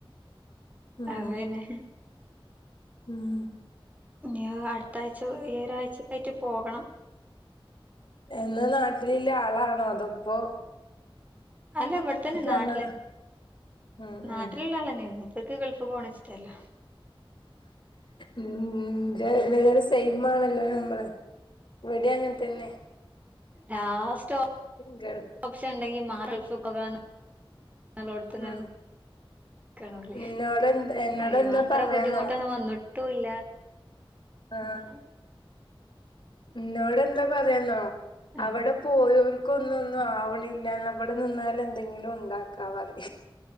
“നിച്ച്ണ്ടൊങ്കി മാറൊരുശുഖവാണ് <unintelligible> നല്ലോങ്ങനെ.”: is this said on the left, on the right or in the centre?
Right